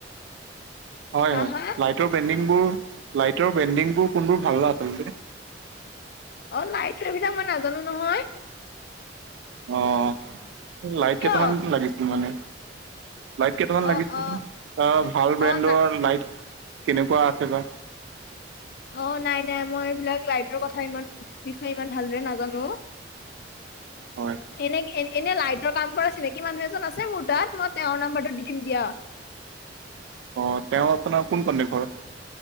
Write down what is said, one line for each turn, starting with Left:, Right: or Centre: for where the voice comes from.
Right: হয়
Left: হা
Right: হয়।
Left: হা
Right: লাইট লাইটৰ বেণ্ডিংবোৰ, লাইটৰ বেণ্ডিংবোৰ কোনবোৰ ভাল ন আচলতে?
Left: অ লাইটৰ এইবিলাক মই নাজানো নহয়।
Right: অঁ' লাইট
Left: কিয়?
Right: কেইটামান লাগিছিল মানে। লাইট কেইটামান
Left: অ',
Right: লাগিছিল।
Left: অ',
Right: আহ ভাল ব্ৰেণ্ডৰ
Left: অ', না
Right: লাইট কেনেকুৱা আছে বা?
Left: অ নাই নাই, মই এইবিলাক লাইটৰ কথা ইমান বিষয়ে ইমান ভালদৰে নাজানো।
Right: হয়।
Left: এনে এনেই লাইটৰ কাম কৰা চিনাকি মানুহ এজন আছে মোৰ তাত, মই তেওঁৰ নাম্বৰটো দি দিম দিয়া।
Right: অ তেওঁ আপোনাৰ কোন পণডে ঘৰ?